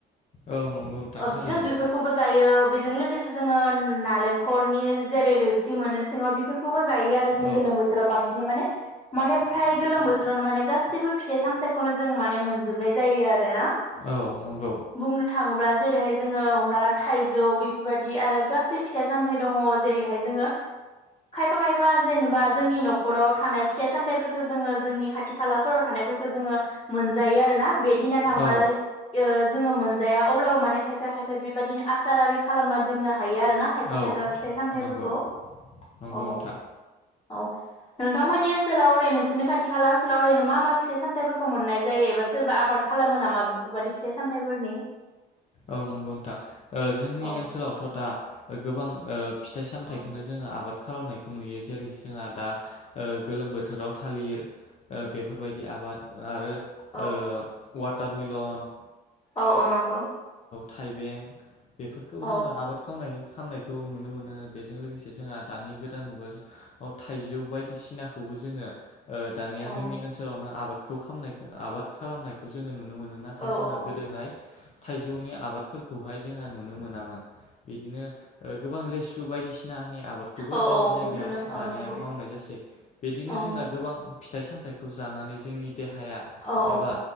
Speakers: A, on the left (about 40°); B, on the left (about 25°).
A: औ नंगौ नोंथां
B: ओब
A: थारैनो
B: जों बेफोरखौबो जायो बेजों लोगोसे जोङो होम नालेंखरनि जेरै रोसि मोनो सिङाव बेफोरखौबो जायो आरो। जों
A: औ
B: गोलोम बोथोराव बांसिन माने माने फ्राय गोलोम बोथोरावनो माने गाससिबो फिथाइ सामथाइखौनो जों माने मोन जोबनाय जायो आरोना।
A: औ नंगौ
B: बुंनो थाङोब्ला जेरैहाय जोङो हमना थाइजौ बेफोरबाददि आरो गासै फिथाइ सामथायाइ दङ जेरैहाय जोङो खायफा खायफा जेनेबा जोंनि न'खराव थानाय फिथाइ सामथाइफोरखौ जोङो जोंनि खाथि खालाफोराव थानाय फोरखौ जोङो मोनजायो आरोना बे दिनो थांबाय
A: औ
B: ओ जोङो मोनजाया अब्लाबो माने खायफा खायफा बेबायदिनो आसार आरि खालामना दोननो हा यो आरोना
A: औ
B: खायफा खायफा फिथाइ सामथफोरखौ।
A: नंगौ नंगौ
B: औ
A: नोंथां
B: औ नोंथांमोननि ओनसोलाव ओरैनो नोंसोरनि खाथि खाला ओनसोलाव ओरैनो मा मा फिथाइ सामथाइफोरखौ मोननाय जायो एबा सोरबा आबाद खालामो नामा बेफोरबादि फिथाइ सामथाइफोरनि?
A: औ नंगौ नोंथां जोंनि
B: औ
A: ओनसोलावथ' दा गोबां ओ फिथाइ सामथायाइखौनो
B: औ
A: जोङो आबाद खालामनायखौ नुयो जेरै जोंहा दा ओ गोलोम बोथोराव थालिर ओ बेफोरबायदि आबाद आरो ओ
B: औ
A: वाटार मिलन
B: औ औ नंगौ
A: थाइबें बेफोरखौ
B: औ
A: जोङो आबाद खावनाय खामनायखौ नुनो मोनो बेजों लोगोसे जोंहा दानि गोदान मुगायाव औ थाइजौ बायदिसिनाखौ जोंङो ओ दानिया
B: औ
A: जोंनि ओनसोलावनो आबाद खौ खामनाय आबाद खालामनायखौ जोङो नुनो मोनो नाथाय
B: औ
A: जोंहा
B: औ
A: गोदोहाय थाइजौनि आबादफोरखौहाय जोंहा नुनो मोनामोन बिदिनो गोबां लेसु बायदिसिनानि आबादखौबो
B: औ
A: जोंनि
B: औ
A: जायगायाव
B: नों
A: दानिया
B: औ नंगौ
A: मावनाय जासै बिदिनो
B: औ
A: जोंना गोबां फिथाइ सामथाइखौ जानानै जोंनि देहाया
B: औ औ
A: एबा